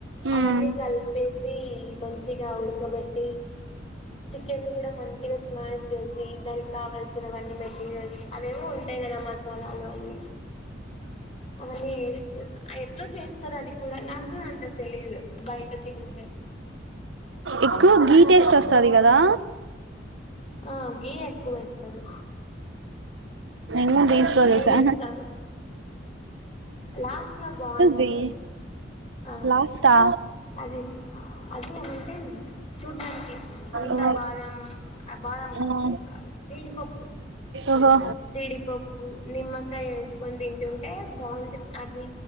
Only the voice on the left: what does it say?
అవన్నీ కలిపేసి మంచిగా ఉడకబెట్ట చికెన్ కూడా మంచిగా స్మాష్ చేసి దానికి కావల్సినవన్నీ మెటీరియల్స్ అవేవి ఉంటా గరం మసాలాలు అన్నీ అవన్నీ ఎట్లా చేస్తారు అది కూడా నాకు అంత తెలిదు బయట తినిందే
ఆ గీ ఎక్కువ వేస్త తరు
గీ
వేస్తారు లాస్ట్ లో బాగుంటది
అది ఆ
అది అది ఏమంటే చూడ్డానికి అంత
బాదం బాదం కాదు
జీడిపప్పు
జిడిపప్పు నిమ్మకాయ వేసుకొని తింటుంటే బాగుంటుది అది